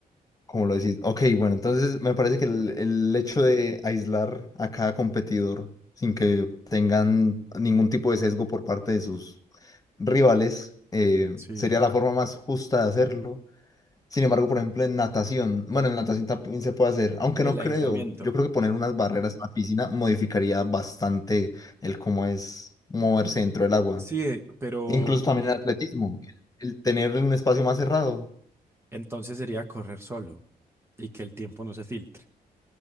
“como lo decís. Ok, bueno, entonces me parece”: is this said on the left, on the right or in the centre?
Left